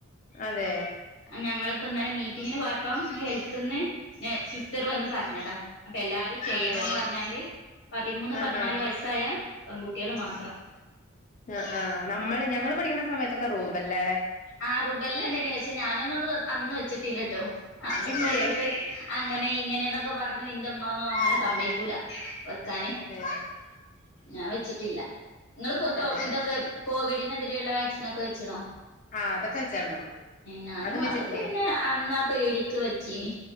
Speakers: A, on the left (about 35°); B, on the left (about 80°).
A: അതെ
B: ഞങ്ങളിപ്പോ ഇന്നലെ മീറ്റിംഗിന് പോയപ്പം ഹൽ ത്തന്ന് സിസ്റ്റർ വന്ന് പറഞ്ഞതാ അപ്പൊ എല്ലാരും ചെയ്യണംന്ന്
A: അതെ
B: പറഞ്ഞാണ്ട് പതിമൂന്ന്
A: ആഹ്
B: പതിനാല്
A: ആഹ്
B: വയസ്സായ പെൺകുട്ടികൾ മാത്രം
A: ആ ആ് നമ്മള് ഞങ്ങള് പഠിക്കണ സമയത്തൊക്കെ റൂബ്ല്ല
B: ആ റുബെല്ലണ്ട നി പക്ഷേ ഞാനൊന്നും അന്ന് വെച്ചിട്ടില്ലട്ടോ അന്നൊക്കെ
A: ഇല്ലേ
B: ഓരോരുത്തര് അങ്ങനെ ഇങ്ങനെന്നൊക്കെ പറഞ്ഞു ഇന്റെ മ്മ ഒന്നും അങ്ങനെ
A: ആഹ്
B: സമ്മയിക്കൂല വെക്കാന്
A: അതെ
B: ഞാൻ വെച്ചിട്ടില്ല നിങ്ങൾക്കട്ടോ
A: അതെ
B: ഇതൊക്കെ കോവിഡിനെതിരെയുള്ള വാക്സിൻ ഒക്കെ വെച്ചണോ
A: ആഹ അതൊക്കെ വെച്ചാണോ
B: ഞാനും
A: അതും വെച്ചിട്ടില്ലേ
B: അതൊക്കെ പിന്നെ അന്നാ പേടിക്ക് വെച്ചീനി